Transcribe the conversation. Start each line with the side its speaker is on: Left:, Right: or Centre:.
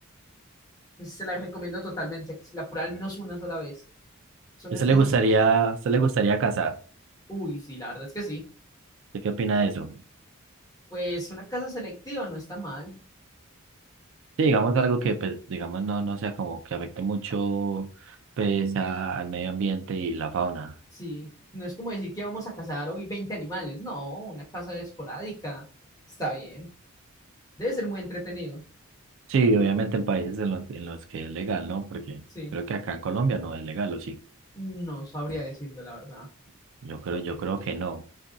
Left: Pues se la recomiendo totalmente, que se la pruebe al menos una sola vez. Son
Right: ¿A usted
Left: es de
Right: le gustaría,
Left: esas... pues,
Right: a usted le gustaría cazar?
Left: Uy, sí, la verdad es que sí.
Right: ¿Usted qué opina de eso?
Left: Pues una casa selectiva no está mal.
Right: Sí, digamos algo que, pues, digamos, no, no sea como que afecte mucho, pues, a- al medio ambiente y la fauna.
Left: Sí, no es como decir que vamos a cazar hoy 20 animales, no, una caza esporádica, está bien, debe ser muy entretenido,
Right: Sí, obviamente en países en los, en los que es legal, ¿no? Porque
Left: sí,
Right: creo que acá en Colombia no es legal, ¿o sí?
Left: no sabría decirle la verdad.
Right: Yo creo, yo creo que no.